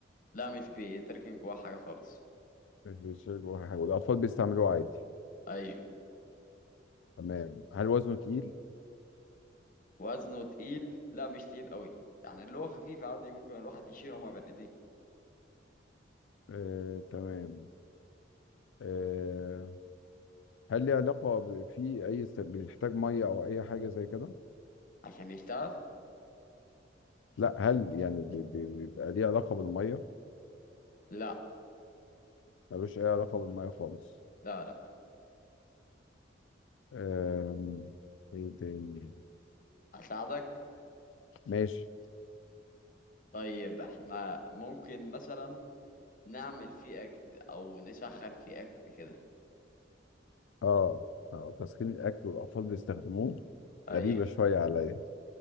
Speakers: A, on the left; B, on the left.
A: لا مش بيتركن جواه حاجة خالص
B: مش بيتشال جواه حاجة والأطفال بيستعملوه عادي
A: ايوه
B: تمام هل وزنه تقيل؟
A: وزنه تقيل لا مش تقيل قوي يعني اللي هو خفيف عادي ممكن الواحد يشيله وما بين ايديه
B: آه، تمام آه، هل ليه علاقة ب- في أي است- بيحتاج مية أو أي حاجة زي كده؟
A: عشان يشتغل
B: لا هل يعني بي- بي- بيبقى ليه علاقة بالمية؟
A: لا
B: ملوش أي علاقة بالمية خالص
A: لا لا
B: آم، إيه تاني؟
A: اساعدك
B: ماشي
A: طيب احنا ممكن مثلا نعمل فيه اكل او نسخن فيه اكل كده
B: اه اه تسخين الاكل والاطفال بيستخدموه
A: ايوه
B: غريبه شويه عليا